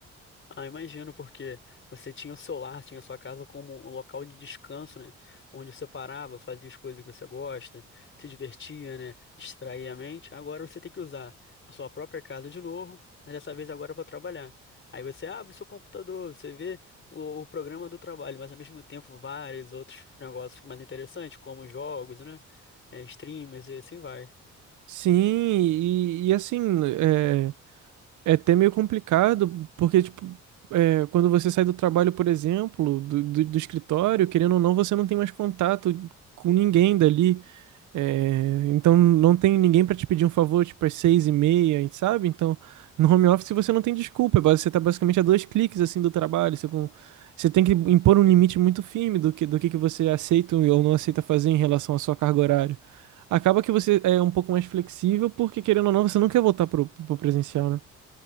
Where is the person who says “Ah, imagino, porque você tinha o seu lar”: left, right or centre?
Left